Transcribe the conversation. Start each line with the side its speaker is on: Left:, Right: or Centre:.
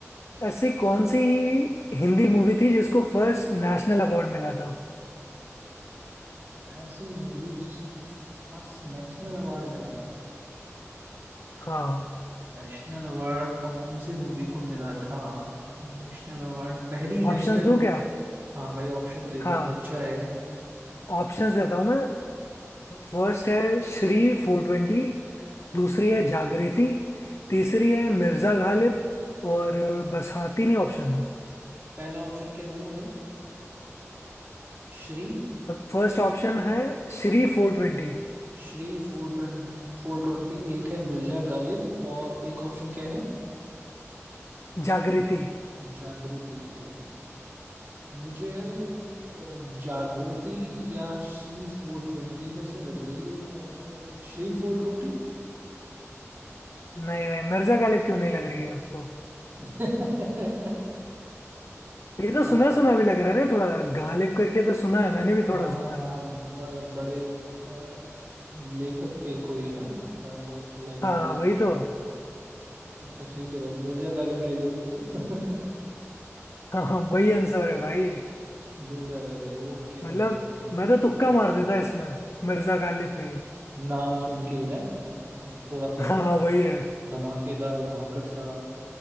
Left: ऐसी कौन सी हिंदी मूवी थी जिसको फर्स्ट नेशनल अवार्ड मिला था
Right: ऐसी मूवी जिसको फर्स्ट नेशनल अवार्ड मिला था
Left: हाँ
Right: नेशनल अवार्ड कौन सी मूवी को मिला था नेशनल अवार्ड पहली
Left: ऑप्शंस
Right: नेशनल
Left: दो क्या
Right: हाँ भाई ऑप्शन दे
Left: हाँ
Right: तो, तो अच्छा रहेगा
Left: ऑप्शंस देता हूँ मैं फर्स्ट है श्री फोर ट्वेंटी दूसरी है जागृति तीसरी है मिर्जा गालिब और अ, बस हाँ तीन ही ऑप्शन
Right: पहला ऑप्शन क्या बोला भाई श्री
Left: फर्स्ट ऑप्शन है श्री फोर ट्वेंटी
Right: श्री फोर ट्वेंटी फोर ट्वेंटी एक है मिर्जा गालिब और एक ऑप्शन क्या है
Left: जागृति
Right: जागृति या मुझे यार ये अ, जागृति या श्री फोर ट्वेंटी में से लग रही है अ, श्री फोर ट्वेंटी
Left: नहीं भाई मिर्जा गालिब क्यों नहीं लग रही है आपको
Right: <laughs>
Left: ये तो
Right: हाँ
Left: सुना सुना भी लग रहा है ना थोड़ा गालिब करके तो सुना है मैंने भी थोड़ा
Right: हाँ हाँ
Left: सुना
Right: हाँ
Left: है
Right: ब- बड़े अ, लेखक थे कोई है ना अ, बहुत लेजेंडरी
Left: हाँ वही
Right: कोई
Left: तो
Right: अच्छा ठीक है भाई मिर्जा गालिब ले लो फिर
Left: हाँ हाँ वही आंसर है भाई
Right: <laughs> मिर्जा गालिब ओके
Left: मतलब
Right: भाई ओके
Left: मैं
Right: ओके
Left: तो तुक्का
Right: ओके
Left: मार देता इसमें मिर्जा गालिब पे
Right: नाम सुन के ही ना थोड़ा सा
Left: हाँ हाँ, वही है
Right: धमाकेदार धाकड़ सा